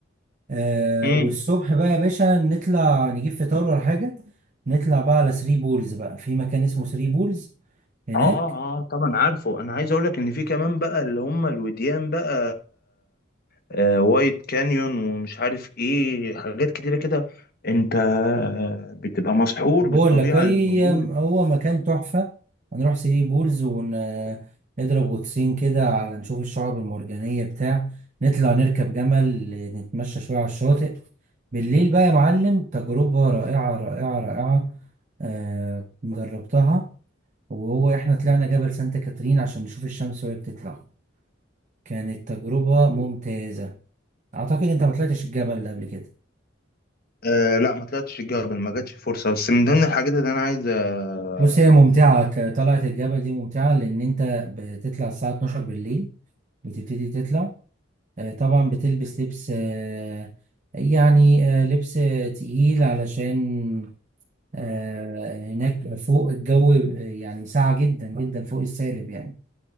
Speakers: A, on the right (about 40°); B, on the left (about 50°).
A: آه
B: مم.
A: والصبح بقى يا باشا نطلع نجيب فطار ولا حاجة نطلع بقى على ثري بولز بقى في مكان اسمه ثري بولز هناك
B: اه اه اه طبعا عارفه انا عايز اقول لك ان في كمان بقى اللي هم الوديان بقى آه وايت كانيون ومش عارف ايه حاجات كتيره كده انت بتبقى مسحور
A: بقول
B: بالطبيعه
A: لك هي
B: اللي موجوده
A: هو مكان تحفة هنروح ثري بولز ونضرب غطسين كده على نشوف الشعاب المرجانية بتاع نطلع نركب جمل نتمشى شوية على الشاطئ بالليل بقى يا معلم تجربة رائعة رائعة رائعة آه جربتها وهو احنا طلعنا جبل سانتا كاترين عشان نشوف الشمس وهي بتطلع كانت تجربة ممتازة أعتقد أنت ما طلعتش الجبل ده قبل كده
B: آه لا ما طلعتش الجبل ما جاتش الفرصه بس من ضمن الحاجات اللي انا عايز اه
A: بص هي ممتعة ك- طلعة الجبل دي ممتعة لأن أنت بتطلع الساعة 12 بالليل بتبتدي تطلع آه، طبعا بتلبس لبس آه، يعني آه، لبس آه، تقيل علشان آه، هناك فوق الجو آه، يعني ساقع جدا جدا فوق السالب يعني